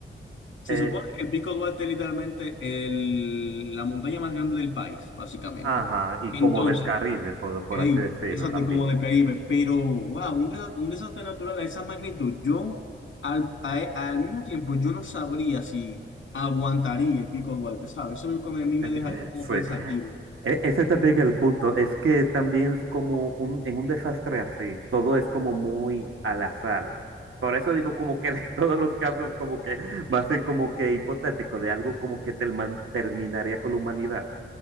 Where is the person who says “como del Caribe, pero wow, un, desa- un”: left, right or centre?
Left